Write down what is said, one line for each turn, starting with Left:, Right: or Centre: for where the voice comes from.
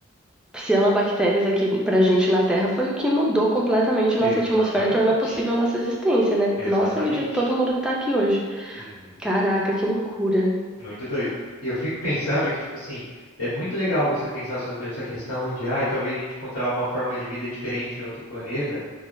Centre: cianobactérias aqui pra gente na Terra foi o que mudou completamente
Left: Exatamente.
Centre: nossa atmosfera e tornou possível nossa existência, né?
Left: Exatamente.
Centre: Nossa e de todo mundo que tá aqui hoje.
Left: Uhum.
Centre: Caraca, que loucura.
Left: Muito doido. E eu fico pensando que, tipo assim, é muito legal você pensar sobre essa questão de, ah, talvez a gente encontrar uma forma de vida diferente em outro planeta.